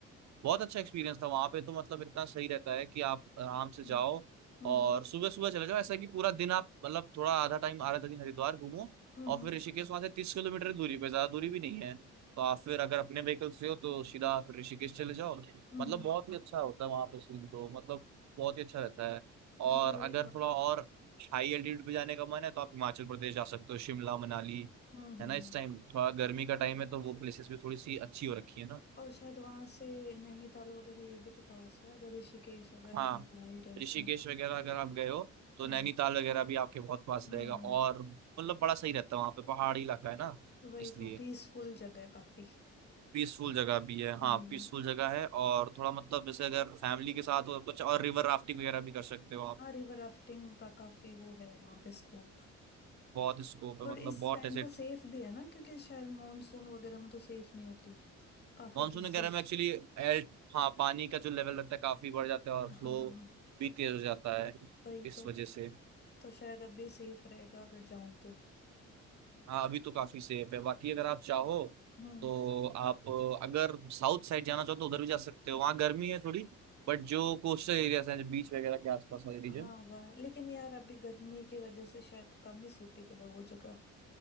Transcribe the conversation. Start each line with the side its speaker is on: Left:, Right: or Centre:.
Right: बहुत अच्छा एक्सपीरियंस था वहां पे तो मतलब इतना सही रहता है कि आप आराम से जाओ
Left: हम्म हम्म
Right: और सुबह सुबह चले जाओ ऐसा कि पूरा दिन आप मतलब थोड़ा आधा टाइम आधा दिन हरिद्वार घूमो
Left: हम्म
Right: और फिर ऋषिकेश वहां से तीस किलोमीटर की दूरी पे ज्यादा दूरी भी नहीं है तो आप फिर अगर अपने व्हीकल से हो तो सीधा फिर ऋषिकेश चले जाओ
Left: हम्म
Right: मतलब बहुत ही अच्छा होता है वहां पे सीन तो मतलब बहुत ही अच्छा रहता है और
Left: हाँ वही
Right: अगर
Left: और
Right: थोड़ा और हाई एल्टीट्यूड पे जाने का मन है तो आप हिमाचल प्रदेश जा सकते हो शिमला मनाली
Left: हम्म
Right: है
Left: हम्म
Right: ना इस टाइम थोड़ा गर्मी का
Left: हाँ
Right: टाइम है तो वो प्लेसेस भी थोड़ी सी अच्छी हो रखी है ना
Left: और शायद वहां से नैनीताल वगैरह ये भी तो पास है अगर ऋषिकेश अगर
Right: हाँ
Left: अपन जा ही रहे
Right: ऋषिकेश
Left: तो
Right: वगैरह अगर आप गए हो तो
Left: हम्म
Right: नैनीताल वगैरह भी आपके बहुत पास
Left: हम्म
Right: रहेगा और मतलब बड़ा सही रहता है वहाँ पे पहाड़ी इलाका है ना
Left: वही
Right: इसलिए
Left: तो पीसफुल जगह है काफी
Right: पीसफुल जगह भी है
Left: हम्म
Right: हाँ पीसफुल जगह है और थोड़ा मतलब जैसे अगर फैमिली के साथ हो तो कुछ और रिवर राफ्टिंग वगैरह भी कर सकते हो आप
Left: हाँ रिवर राफ्टिंग का काफी वो है वहां पे स्कोप
Right: बहुत स्कोप है
Left: और
Right: मतलब
Left: इस
Right: बहुत
Left: टाइम
Right: ऐसे
Left: तो सेफ भी है ना क्योंकि शायद मॉनसून वगैरह में तो सेफ नहीं होती काफी
Right: मानसून
Left: केसेस
Right: वगैरह में एक्चुअली एल हाँ पानी का जो लेवल रहता है काफी बढ़ जाता है और फ्लो
Left: हाँ
Right: भी तेज हो जाता है
Left: वही
Right: इस
Left: तो
Right: वजह से
Left: तो शायद अभी सेफ रहेगा अगर जाऊं तो
Right: हाँ अभी तो काफी सेफ है बाकी अगर आप चाहो
Left: हम्म
Right: तो आप अ, अगर साउथ साइड जाना चाहो तो उधर भी जा सकते हो वहाँ गर्मी है थोड़ी बट जो कोस्टल एरियाज हैं बीच वगैरह के आसपास वाले रीजन
Left: हाँ वह लेकिन यार अभी गर्मी की वजह से शायद कम ही सूटेबल है वो जगह